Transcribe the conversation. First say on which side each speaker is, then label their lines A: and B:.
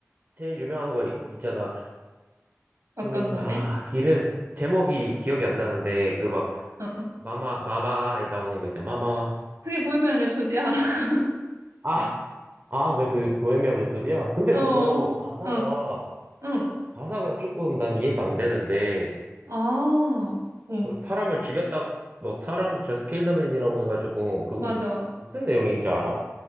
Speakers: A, on the right; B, on the right.
A: 제일 유명한 거 있- 있잖아.
B: 어떤
A: 그,
B: 노래?
A: 아, 이름, 제목이 기억이 안 나는데, 그 막,
B: 어, 어.
A: 마마, 마마 나오는 거 있잖아. 마마.
B: 그게 보헤미안 랩소디야. <laughs>
A: 아, 아, 그, 그, 보헤미안 랩소디야? 근데
B: 어,
A: 그거, 가사가,
B: 어, 응.
A: 가사가 조금 난 이해가 안 되는데,
B: 아, 응,
A: 뭐 사람을 죽였다, 뭐, 사람을 저 스킬더맨이라고 해가지고, 그거,
B: 맞아.
A: 무슨 내용인지 알아?